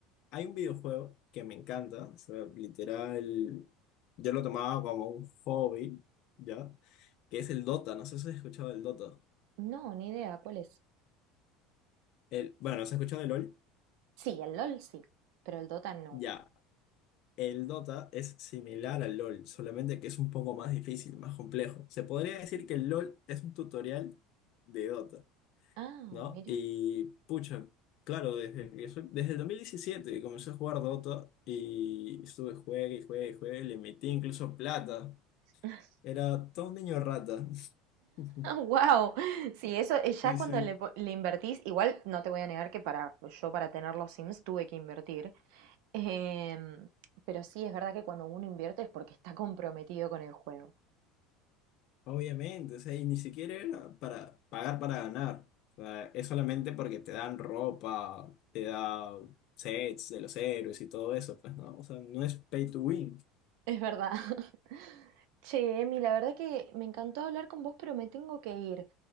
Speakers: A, on the left (about 60°); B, on the right (about 75°).
A: hay un videojuego que me encanta, o sea, literal, yo lo tomaba como un hobby, ¿ya? Que es el Dota, no sé si has escuchado el Dota.
B: No, ni idea, ¿cuál es?
A: El, bueno, ¿se ha escuchado el LOL?
B: Sí, el LOL sí, pero el Dota no.
A: Ya. El Dota es similar al LoL, solamente que es un poco más difícil, más complejo. Se podría decir que el LoL es un tutorial de Dota,
B: Ah,
A: ¿no?
B: mira.
A: Y pucha, claro, desde que soy- desde el 2017, que comencé a jugar Dota y estuve juegue y juegue y juegue, le metí incluso plata.
B: <laughs>
A: Era todo un niño rata. <laughs>
B: Wow, sí, eso eh, ya
A: Sí,
B: cuando
A: sí.
B: le, po- le invertís, igual no te voy a negar que para pues, yo para tener los Sims tuve que invertir, em, pero sí es verdad que cuando uno invierte es porque está comprometido con el juego,
A: Obviamente, o sea, y ni siquiera era para pagar para ganar. O sea, es solamente porque te dan ropa, te da sets de los héroes y todo eso, pues no, o sea, no es pay to win,
B: es verdad. <laughs> Che, Emi, la verdad que me encantó hablar con vos, pero me tengo que ir.